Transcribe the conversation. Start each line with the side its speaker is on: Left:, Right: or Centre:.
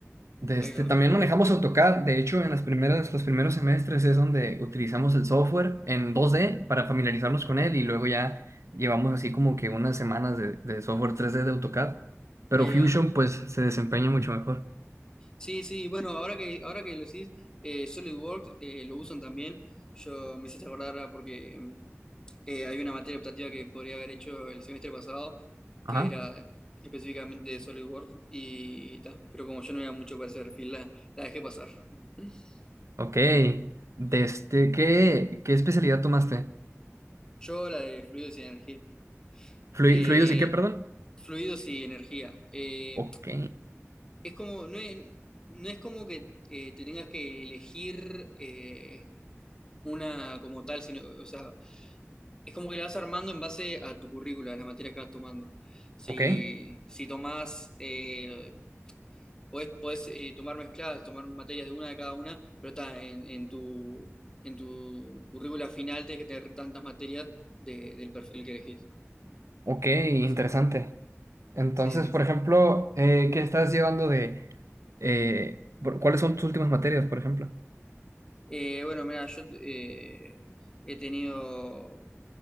Right: De
Left: ahí
Right: este,
Left: va,
Right: también manejamos AutoCAD. De hecho, en las primeras, los primeros semestres es donde utilizamos el software en 2D para familiarizarnos con él y luego ya llevamos así como que unas semanas de, de software 3D de AutoCAD. Pero
Left: ahí
Right: Fusion
Left: va.
Right: pues se desempeña mucho mejor.
Left: Sí, sí, bueno, ahora que, ahora que lo decís, eh, SolidWorks eh, lo usan también. Yo me hiciste acordar ahora porque Eh, hay una materia optativa que podría haber hecho el semestre pasado,
Right: Ajá.
Left: que era específicamente de SolidWorks, y ta, pero como yo no era mucho para ese perfil, la, la dejé pasar. <laughs>
Right: Ok. De este, ¿qué, qué especialidad tomaste?
Left: Yo la de fluidos y energía.
Right: Flui-
Left: Eh,
Right: ¿Fluidos y qué, perdón?
Left: fluidos y energía. Eh,
Right: Ok.
Left: es como, no es, no es como que eh, te tengas que elegir eh, una como tal, sino, o sea, es como que la vas armando en base a tu currícula, a las materias que vas tomando. Si,
Right: Ok.
Left: si tomás eh, Podés, podés, eh, tomar mezcladas, tomar materias de una de cada una, pero ta, en, en tu, en tu currícula final tenés que tener tantas materias de- del perfil que elegís.
Right: Ok, interesante.
Left: O sea,
Right: Entonces,
Left: sí, sí,
Right: por
Left: sí.
Right: ejemplo, eh, ¿qué estás llevando de... eh, por- ¿cuáles son tus últimas materias, por ejemplo?
Left: Eh, bueno, mira, yo eh, he tenido,